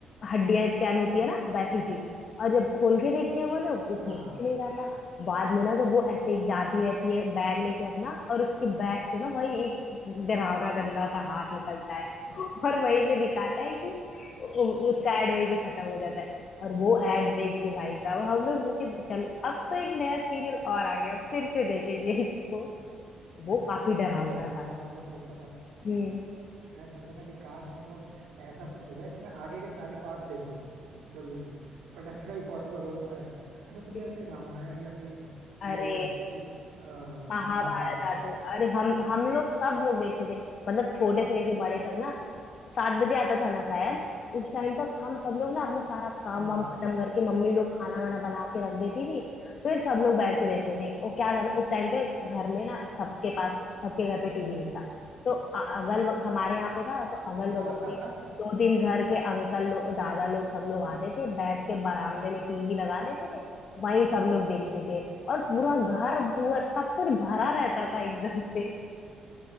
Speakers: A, on the left; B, on the right.
A: हड्डियां स्कैन होती है ना वैसी की और जब खोल के देखते हैं वो लोग तो उसमें
B: हाँ हाँ
A: कुछ नहीं रहता बाद में ना जब वो ऐसे जाती रहती है बैग लेके अपना और उसके बैग से ना वही एक डरावना गंदा सा हाथ निकलता है और वहीं पे दिखाता है कि उ- उसका एड वहीं पे खत्म हो जाता है और वो एड देख के भाई साहब हम लोग सोचे चलो अब से एक नया सीरियल और आ गया फिर से देखेंगे इसको
B: यार
A: वो काफी डरावना
B: पता है मैं
A: था
B: मतलब सोचता था
A: हम्म
B: मैं सोचता था कि काश मतलब ऐसा कुछ हो जाए कि मैं आगे के सारे पार्ट्स देख लूं जल्दी से बट ऐसा कभी पॉसिबल हो नहीं पाया अच्छा तुमने
A: <laughs>
B: वैसे रामायण या फिर
A: अरे
B: ये देखती थी अ,
A: महाभारत
B: महाभारत
A: आता अरे हम हम लोग सब लोग देखते थे मतलब छोटे से लेके बड़े तक ना सात बजे आता था ना शायद उस टाइम तक हम सब लोग ना अपना सारा काम
B: हाँ
A: वाम
B: हाँ
A: खत्म करके मम्मी लोग खाना वाना बना के रख देती थी फिर सब लोग बैठ के देखते थे वो क्या था ना उस टाइम पे घर में ना सबके पास सबके घर पे टीवी नहीं था तो अ- अगल बग- हमारे यहाँ पे था तो अगल
B: हाँ
A: बगल के दो तीन घर के अंकल लोग दादा लोग सब लोग आते थे बैठ के बरामदे में टीवी लगा देते थे वहीं सब लोग देखते थे और पूरा घर पूरा सब कुछ भरा रहता था एकदम से